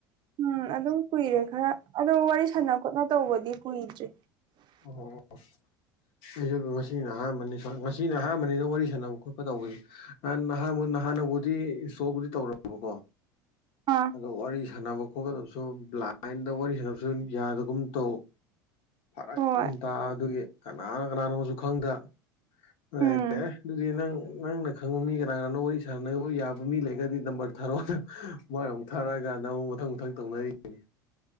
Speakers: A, on the right; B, on the left.
A: ꯎꯝ ꯑꯗꯨꯝ ꯀꯨꯏꯔꯦ ꯈꯔ ꯑꯗꯣ ꯋꯥꯔꯤ ꯁꯥꯟꯅ ꯈꯣꯠꯅ ꯇꯧꯕꯗꯤ ꯀꯨꯏꯗ꯭ꯔꯤ
B: ꯑꯣ ꯑꯩꯁꯨ ꯉꯁꯤꯅ ꯑꯍꯥꯟꯕꯅꯤ ꯉꯁꯤꯅ ꯑꯍꯥꯟꯕꯅꯤꯗ ꯋꯥꯔꯤ ꯁꯥꯟꯅꯕ ꯈꯣꯠꯄ ꯇꯧꯕꯁꯦ ꯅꯥꯟ ꯅꯍꯕꯨ ꯅꯍꯥꯟꯅꯕꯨꯗꯤ ꯏꯟꯁꯇꯣꯜꯕꯨꯗꯤ ꯇꯧꯔꯕꯀꯣ
A: ꯍꯥꯥ
B: ꯑꯗꯣ ꯋꯥꯔꯤ ꯁꯥꯟꯅꯕ ꯈꯣꯠꯀꯗꯕꯁꯨ ꯕ꯭ꯂꯥꯏꯟꯗ ꯋꯥꯔꯤ ꯁꯥꯟꯅꯕꯁꯨ ꯌꯥꯗꯒꯨꯝ ꯇꯧ ꯐꯔꯛ
A: ꯍꯣꯏ
B: ꯇꯥ ꯑꯗꯨꯒꯤ ꯀꯅꯥꯅ ꯀꯅꯥꯅꯣꯁꯨ ꯈꯪꯗ
A: ꯎꯝ
B: ꯑꯗꯨ ꯑꯗꯨꯗꯤ ꯅꯪ ꯅꯪꯅ ꯈꯪꯕ ꯃꯤ ꯀꯅꯥ ꯀꯅꯥꯅꯣ ꯋꯥꯔꯤ ꯁꯥꯟꯅꯅꯕ ꯌꯥꯕ ꯃꯤ ꯂꯩꯒꯗꯤ ꯅꯝꯕꯔ ꯊꯥꯔꯛꯑꯣ ꯃꯣꯏꯅ ꯑꯃꯨꯛ ꯊꯥꯔꯛꯑꯀꯥꯟꯗ ꯑꯃꯨꯛ ꯃꯊꯪ ꯃꯊꯪ ꯇꯧꯅꯔꯤꯅꯤ